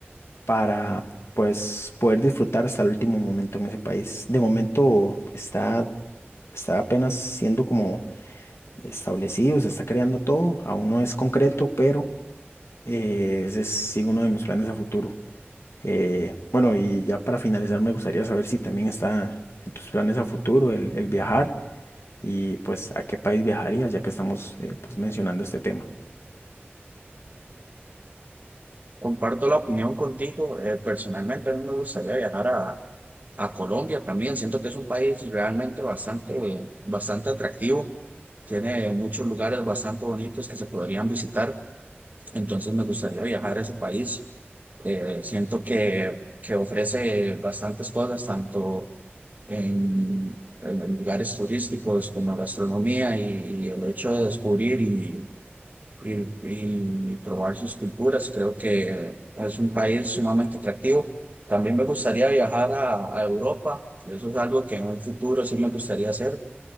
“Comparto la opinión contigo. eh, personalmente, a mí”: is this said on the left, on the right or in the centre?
Right